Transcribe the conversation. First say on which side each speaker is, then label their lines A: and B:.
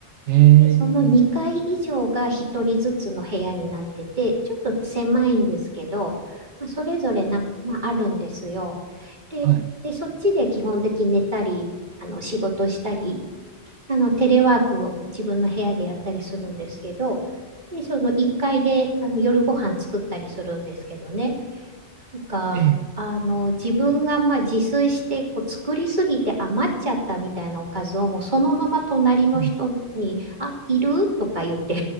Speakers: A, on the right; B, on the right.
A: ええ
B: で、その2階以上が1人ずつの部屋になってて、ちょっと狭いんですけど、まあ、それぞれな、まあ、あるんですよ。で、
A: はい、
B: で、そっちで基本的に寝たり、あの、仕事したり、あの、テレワークを自分の部屋でやったりするんですけど、で、その1階で、あの、夜ご飯作ったりするんですけどね。か、
A: ええ、
B: あの、自分がまあ自炊してこう作りすぎて余っちゃったみたいなおかずをもうそのまま隣の人に、
A: うん
B: あ、いるとか言って